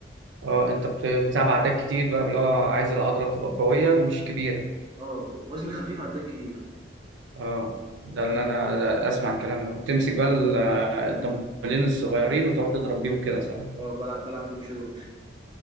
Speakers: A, on the right (about 80°); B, on the right (about 25°).
A: اه انت بت- بتلعب عدات كتير بقى اللي هو عايز العضله تبقى قويه مش كبيره
B: آه، وزن خفيف عدّاك كتير
A: اه ده
B: فاهم،
A: اللي انا ده اسمع الكلام ده تمسك بقى
B: إمم،
A: ال- الدمبلين الصغيرين وتقعد تضرب بيهم كده صح
B: آه بالعب بالعب بيهم shadow boxing